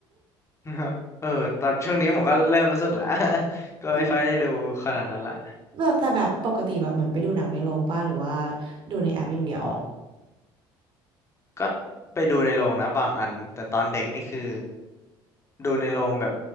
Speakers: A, on the left; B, on the right.
A: <laughs> ฮะเออตอนช่วงนี้ผมก็เริ่มรู้สึกแล้ว <laughs>
B: <laughs>
A: ก็ไม่ค่อยได้ดูขนาดนั้นละ
B: อืม <laughs> แบบแต่แบบปกติแบบเหมือนไปดูหนังในโรงป่ะหรือว่าดูในแอปอย่างเดียว
A: อ๋อก็ไปดูในโรงนะบางอันแต่ตอนเด็กนี่คือดูในโรงแบบ